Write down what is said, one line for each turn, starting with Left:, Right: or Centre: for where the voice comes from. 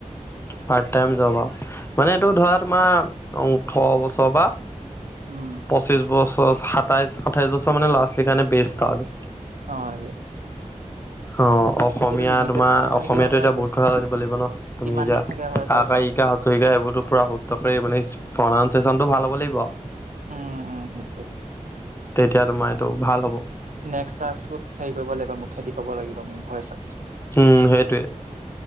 Left: Part time job অ', মানে এইটো ধৰা তোমাৰ ওঠৰ বছৰ বা
Right: উম।
Left: পঁচিছ বছৰ, সাতাইছ, আঠাইছ বছৰ মানে ল'ৰা-ছোৱালী কাৰণে বেষ্ট আৰু।
Right: অ', য়েছ।
Left: অ', অসমীয়া
Right: এইটো লিমিটেড
Left: তোমাৰ
Right: থাকিব
Left: অসমীয়াটো
Right: নেকি মানে
Left: এতিয়া
Right: বেছ
Left: বহুত কথা জানিব লাগিব ন?
Right: কিমান
Left: তুমি এতিয়া,
Right: দিন থাকে আকৌ এইটোৱে
Left: আকাৰ ই শিকাৰ হছ ই শিকাই এইবোৰোটো পোৰা শুদ্ধ কৰি মানে প্ৰনাউনচিয়েচনটো ভাল হ'ব লাগিব আউ।
Right: উম, উম, হেটোৱৈ।
Left: তেতিয়া তোমাৰ এইটো ভাল হ'ব।
Right: নেক্সট টাস্ক কোড হেৰি কৰিব লাগিব মুখেদি ক'ব লাগিব আমি ভয়চত।
Left: উম, সেইটোৱে।